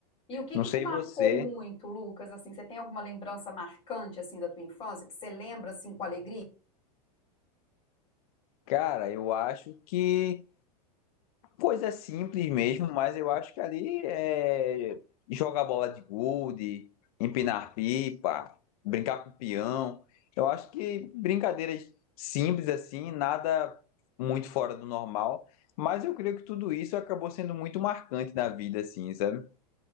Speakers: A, on the left; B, on the left.
A: E o que
B: Não
A: que
B: sei
A: te marcou
B: você,
A: muito, Lucas? Assim, você tem alguma lembrança marcante assim da tua infância que você lembra assim com alegria?
B: cara, eu acho que Coisa simples mesmo, mas eu acho que ali é jogar bola de gude, empinar pipa, brincar com peão. Eu acho que brincadeiras simples assim, nada muito fora do normal. Mas eu creio que tudo isso acabou sendo muito marcante na vida, assim, sabe?